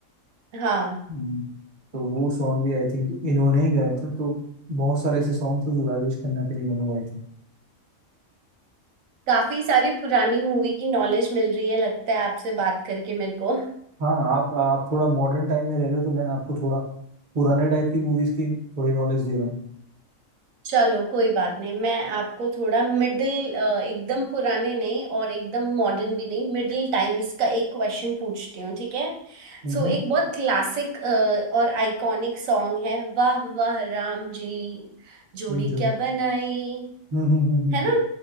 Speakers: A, on the right (about 90°); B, on the right (about 40°).
A: हाँ
B: हम्म, तो वो सॉन्ग भी आई थिंक इन्होंने ही गाया था तो बहुत सारे ऐसे सॉन्ग थे जो राजेश खन्ना के लिए इन्होंने गाए थे
A: काफी सारी पुरानी मूवी की नॉलेज मिल रही है लगता है आपसे बात करके मेरे को
B: हाँ आप आप थोड़ा मॉडर्न टाइम में रह रहे हो तो मैं आपको थोड़ा पुराने टाइप की मूवीज की थोड़ी नॉलेज दे रहा हूँ
A: चलो कोई बात नहीं मैं आपको थोड़ा मिडिल एकदम पुराने नहीं और एकदम मॉडर्न भी नहीं मिडिल टाइम्स का एक क्वेश्चन पूछती हूँ ठीक है
B: हम्म,
A: सो एक बहुत क्लासिक और आइकॉनिक सॉन्ग है वाह वाह राम जी जोड़ी
B: हम्म, जो
A: क्या बनाई
B: हम्म हम्म हम्म हम्म।
A: है ना